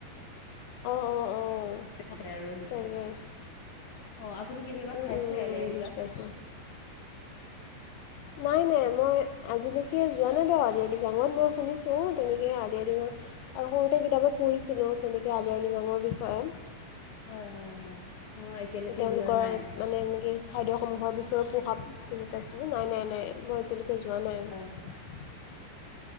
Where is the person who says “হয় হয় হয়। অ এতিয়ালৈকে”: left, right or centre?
Left